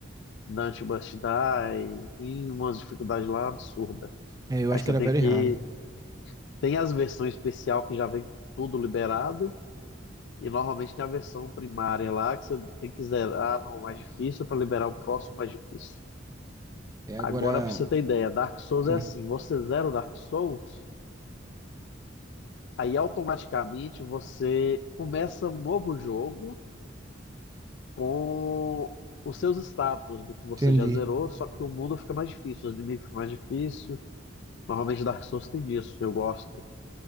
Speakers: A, on the left; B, on the right.
A: Dante Must Die, tem umas dificuldades lá absurdas.
B: É, eu
A: Aí
B: acho
A: você
B: que era
A: tem
B: Very
A: que.
B: Hard.
A: Tem as versões especial que já vem com tudo liberado, e normalmente tem a versão primária lá que você tem que zerar no mais difícil para liberar o próximo mais difícil.
B: É
A: Agora,
B: agora.
A: para você ter ideia, Dark Souls
B: Hum,
A: é assim: você zera o Dark Souls, aí automaticamente você começa um novo jogo com os seus status do que você
B: entendi.
A: já zerou, só que o mundo fica mais difícil, os inimigos ficam mais difíceis, Normalmente Dark Souls tem disso, eu gosto.